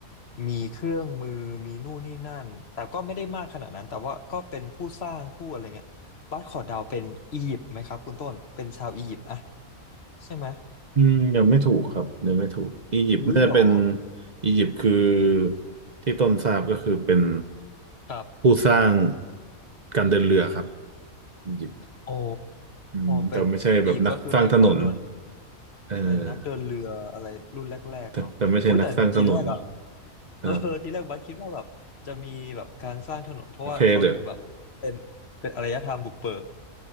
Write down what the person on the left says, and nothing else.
มีเครื่องมือมีนู่นนี่นั่น แต่ก็ไม่ได้มากขนาดนั้น แต่ว่าก็เป็นผู้สร้างผู้อะไรเงี้ยบัสขอเดาเป็นอียิปต์ไหมครับคุณต้นเป็นชาวอียิปต์อะใช่ไหม
อุ้ยเหรอ
ครับ
โอ้
เป็นอียิปต์ก็คือเป็นคนโดน
เป็นนักเดินเรืออะไรรุ่นแรกๆเนาะอุ้ยแต่ทีแรกอะ
เออทีแรกบัสคิดว่าแบบจะมีแบบการสร้างถนนเพราะว่าเขาดูแบบเป็นเป็นอารยธรรมบุกเบิก